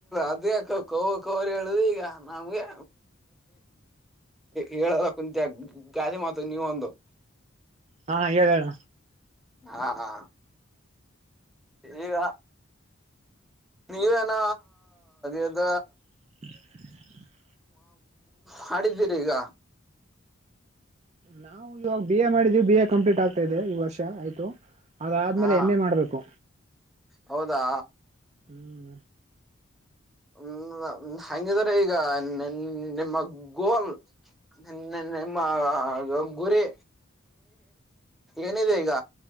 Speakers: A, in the centre; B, on the right.
A: ಅದ ಕೋ ಕವರಿ ಹೇಳುದು ಈಗ ನಮ್ಗೆ. ಹೇಳದ ಕುಂತ ಗಾದೆ ಮಾತು ನೀವ ಒಂದು.
B: ಹಾ ಹಾ ಹೇಳ್ ಹೇಳ.
A: ಹಾ ಹಾ ಈಗ. ನೀವೇನ ಇದ.
B: <inaudible>
A: ಮಾಡಿದಿರಿ ಈಗ.
B: ನಾವು ಇವಾಗ ಬಿ ಎ ಮಾಡಿದ್ವಿ ಬಿ ಎ ಕಂಪ್ಲೀಟ್ ಆಗ್ತಾ ಇದೆ ಈ ವರ್ಷ ಆಯ್ತು. ಅದಾದಮೇಲೆ
A: ಹಾ
B: ಎಮ್ ಎ ಮಾಡಬೇಕು.
A: ಹೌದಾ.
B: ಹ್ಮ್.
A: ಹ್ಮ ಹಂಗಿದಿದ್ದಾರೆ ಈಗ ನಿಮ್ಮ ಗೋಲ್. ನ ನಿಮ್ಮ ಗುರಿ ಏನಿದೆ ಈಗ.